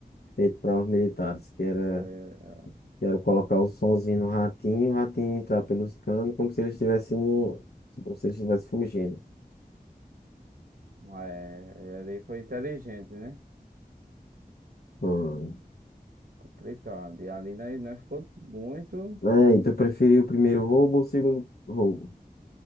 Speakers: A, on the left; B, on the right.
A: feito para os militares, que era,
B: Foi, eh,
A: que era colocar o sonzinho no ratinho, o ratinho entrar pelos canos, como se ele estivesse no, como se ele estivesse fugindo.
B: eh, ele ali foi inteligente, né?
A: Hum.
B: Complicado. E ali nós, nós ficou muito.
A: É, e tu preferiu o primeiro roubo ou o segundo roubo?